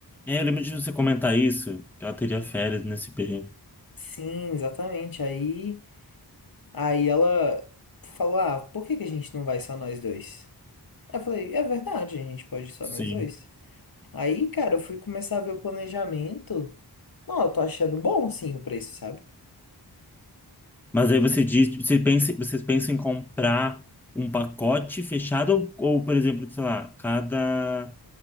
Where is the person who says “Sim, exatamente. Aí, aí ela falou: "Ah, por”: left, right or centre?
Left